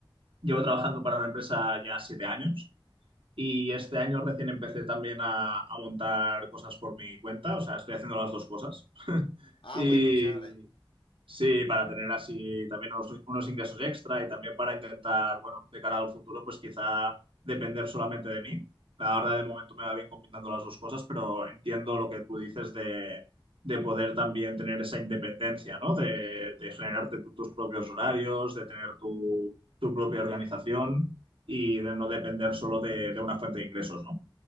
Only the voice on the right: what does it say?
llevo trabajando para una empresa ya siete años y este año recién empecé también a, a montar cosas por mi cuenta. O sea, estoy haciendo las dos cosas. <laughs>
Y,
Sí, para tener así también unos, unos ingresos extra y también para intentar, bueno, de cara al futuro, pues quizá depender solamente de mí. Ahora de momento me va bien combinando las dos cosas, pero entiendo lo que tú dices de, de poder también tener esa independencia, ¿no? De, de generarte tú tus propios horarios, de tener tu, tu propia organización y de no depender solo de, de una fuente de ingresos, ¿no?